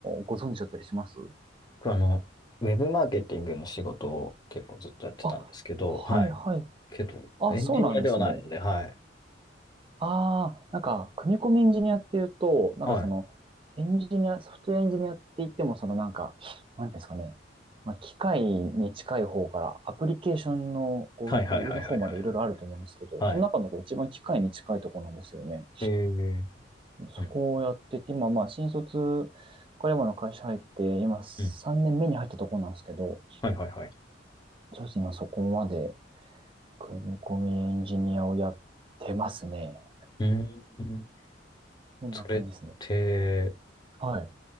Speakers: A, on the right; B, on the left.
A: ご存知だったりします
B: 僕あの、ウェブマーケティングの仕事を結構ずっとやってたんですけど、
A: あ、はいはい。
B: はい。けど、
A: あ、
B: エンジニアではないので、
A: そうなんですね。
B: はい。
A: ああ、なんか、組み込みエンジニアっていうと、なんかその、
B: はい。
A: エンジニア、ソフトウェアエンジニアって言っても、そのなんか、なんていうんですかね、まあ、機械に近い方から、アプリケーションのこう上の方までいろいろあると思うんですけど、
B: はいはいはいはいはいはいはい。
A: その中のこう一番機械に近いところなんですよね。
B: はい。えー、
A: そこをやってて、
B: うん、
A: 今まあ、新卒、彼もの会社入って、今3年目に入ったところなんですけど、
B: うん。はいはいはい。
A: そうですね、今そこまで組み込みエンジニアをやってますね。
B: うーん。
A: こんな感じですね。
B: それって、
A: はい。